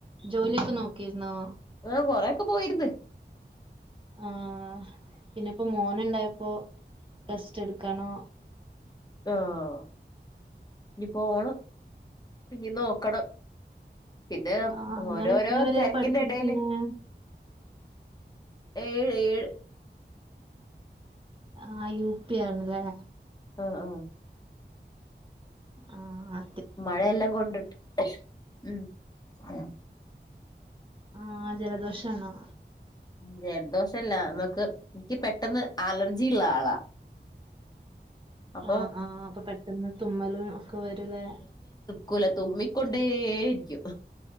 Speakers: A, on the right (about 30°); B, on the left (about 20°).
A: ജോലിയൊക്കെ നോക്കിയിരുന്നോ
B: ആഹ് കൊറെൊക്കെ പോയിര്ന്ന്
A: ആഹ് പിന്നെപ്പോ മോനുണ്ടായപ്പോ ടെസ്റ്റ് എടുക്കാനോ
B: ആഹ് ഇനി പോണം ഇനി നോക്കണം പിന്നെ
A: ആഹ് നിങ്ങള്
B: ഓരോരോ
A: എത്ര വരെ
B: തെര്കിന്റെടേല്
A: പഠിപ്പിക്കുന്നെ
B: ഏഴ് ഏഴ്
A: ആഹ് യുപിയാണ്ലെ
B: ആഹ് ആഹ്
A: ആഹ് ഹാ
B: മഴയെല്ലം കൊണ്ടിട്ട് <unintelligible>
A: ആഹ് ജലദോഷാണോ
B: ജലദോഷല്ല മ്മക്ക് ന്ക്കി പെട്ടെന്ന് അലർജി ഇള്ള ആളാ അപ്പൊ
A: ആഹ് ആഹ് അപ്പൊ പെട്ടെന്ന് തുമ്മലും ഒക്കെ വരുല്ലേ
B: കുല തുമ്മിക്കൊണ്ടേയിരിക്കും